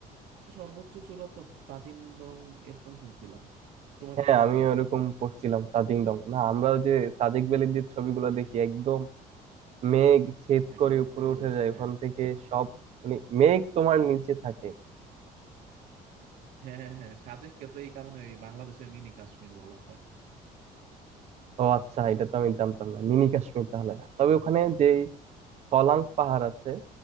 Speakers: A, on the right (about 85°); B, on the right (about 45°).
A: সর্বোচ্চ চূড়া তো তাজিন ডং এরকম শুনছিলাম তোমার
B: হ্যাঁ
A: কি মতামত
B: আমি ওরকম পড়ছিলাম তাজিংডং না আমরা ওই যে সাজেক ভ্যালির যে ছবিগুলো দেখি একদম মেঘ ছেদ
A: একদম
B: করে উপরে
A: সবুজ
B: উঠে যায়
A: হ্যাঁ
B: ওখান থেকে সব মানে মেঘ তোমার নিচে থাকে
A: হ্যাঁ হ্যাঁ হ্যাঁ সাজেককে তো এই কারণে ওই বাংলাদেশের মিনি কাশ্মীর বলা হয়
B: ও আচ্ছা এটা তো আমি জানতাম না মিনি কাশ্মীর তাহলে তবে ওখানে যে কলাং পাহাড় আছে